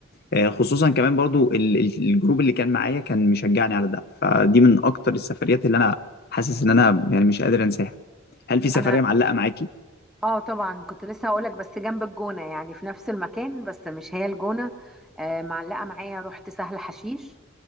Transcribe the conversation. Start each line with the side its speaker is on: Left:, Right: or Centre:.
Left: آه، خصوصا كمان برضو ال- ال- الجروب اللي كان معايا كان مشجعني على ده فدي من اكتر السفريات اللي انا حاسس ان انا يعني مش قادر انساها هل في سفرية
Centre: انا
Left: معلقة معاكي
Centre: اه طبعا كنت لسه هقولك بس جنب الجونة يعني في نفس المكان بس مش هي الجونة آه معلقة معايا رحت سهل حشيش